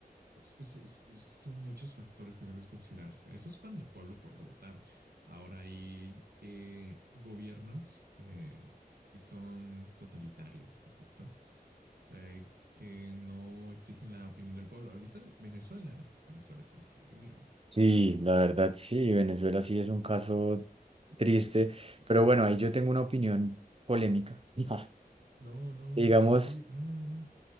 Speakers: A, on the right; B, on the right.
A: Es- es- es- son muchos factores que debes considerarse. Eso es cuando el pueblo puede votar. Ahora hay eh, gobiernos eh, que son totalitarios, ¿has visto? Eh, que no exigen la opinión del pueblo. ¿Has visto Venezuela? Venezuela está horrible,
B: Sí,
A: está feísimo.
B: la verdad, sí, Venezuela sí es un caso triste, pero bueno, ahí yo tengo una opinión polémica. <laughs>
A: No, no,
B: Digamos,
A: no, no puede, no, no.